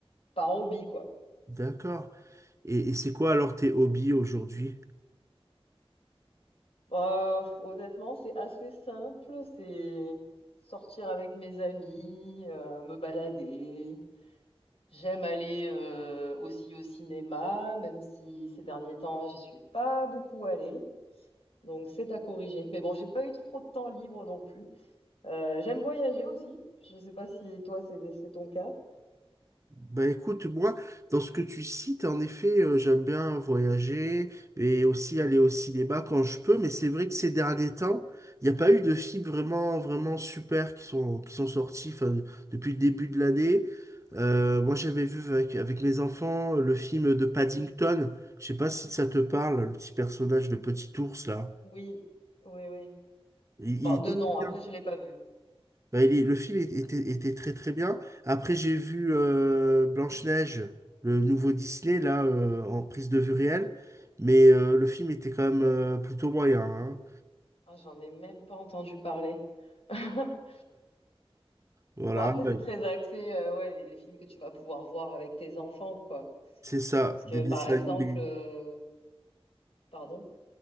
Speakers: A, on the left; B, on the right.
A: par hobby, quoi.
B: D'accord. Et, et c'est quoi alors tes hobbies aujourd'hui?
A: Bah, f- honnêtement, c'est assez simple. C'est sortir avec mes amis, euh, me balader, J'aime aller euh, aussi au cinéma, même si ces derniers temps, j'y suis pas beaucoup allée. Donc c'est à corriger. Mais bon, j'ai pas eu trop de temps libre non plus. Euh, j'aime voyager aussi. Je sais pas si toi, c'est c'est ton cas.
B: Bah écoute, moi, dans ce que tu cites, en effet, euh, j'aime bien voyager et aussi aller au cinéma quand je peux, mais c'est vrai que ces derniers temps, il n'y a pas eu de films vraiment, vraiment super qui sont, qui sont sortis enfin, depuis le début de l'année. Euh, moi, j'avais vu avec, avec mes enfants euh, le film de Paddington. Je sais pas si ça te parle, le petit personnage de Petit Ours, là.
A: Oui, oui, oui.
B: Il,
A: Bon,
B: il
A: deux
B: était
A: nom, après,
B: bien.
A: je l'ai pas vu.
B: Bah, il est- le film est- était, était très très bien. Après, j'ai vu euh, Blanche-Neige, le nouveau Disney, là, euh, en prise de vue réelle. Mais euh, le film était quand même euh, plutôt moyen. hein.
A: Ah, j'en ai même pas entendu parler. <laughs>
B: Voilà,
A: Bon, après,
B: bah,
A: c'est très axé, euh, ouais, les, les films que tu vas pouvoir voir avec tes enfants, quoi.
B: c'est ça,
A: Parce que,
B: des dessins
A: par exemple,
B: animés.
A: euh, pardon,